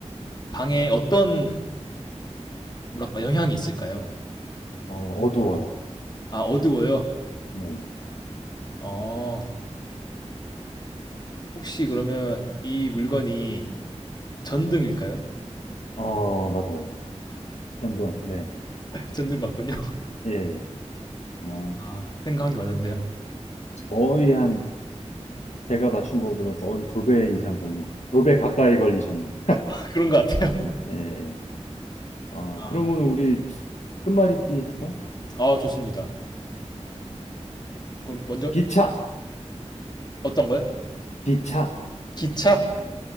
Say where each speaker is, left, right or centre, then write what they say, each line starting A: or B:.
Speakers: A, on the left; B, on the left.
A: 방에 어떤 뭐랄까 영향이 있을까요?
B: 어, 어두워요.
A: 아, 어두워요?
B: 네.
A: 어, 혹시 그러면 이 물건이 전등일까요?
B: 어, 맞아요. 한번, 네.
A: <laughs> 전등 맞군요.
B: 예. 아,
A: 아, 생각한 게 맞았네요.
B: 거의 한, 제가 맞춘 거보다 거의 두 배 이상 걸리, 두배 가까이 걸리셨네요.
A: <laughs> 그런 것 같아요.
B: 예, 예. 예. 아,
A: 아,
B: 그러면 우리 끝말잇기 할까요?
A: 아, 좋습니다. 그럼 먼저
B: 기차,
A: 생각하시- 어떤 거요?
B: 기차.
A: 기차?